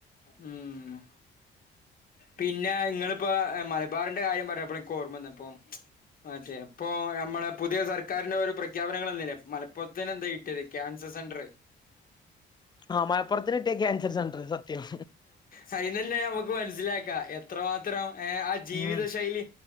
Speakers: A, on the left; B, on the left.
A: ഉം പിന്നെ ഇങ്ങളിപ്പോ മലബാറിന്റെ കാര്യം പറഞ്ഞപ്പോൾ എനിക്ക് ഓർമ്മ വന്നേ ഇപ്പോ ആ ഇപ്പൊ നമ്മളെ പുതിയ സർക്കാരിന്റെ ഒരു പ്രഖ്യാപനങ്ങൾ മലപ്പുറത്ത് തന്നെ എന്താ കിട്ടിയത് ക്യാൻസർ സെന്റർ
B: ആ മലപ്പുറത്തി കിട്ടിയ ക്യാൻസർ സെന്റർ സത്യം
A: ഫൈനൽ നമുക്ക് മനസ്സിലാക്കാം എത്രമാത്രം ഏ ആ ജീവിതശൈലി
B: ഉം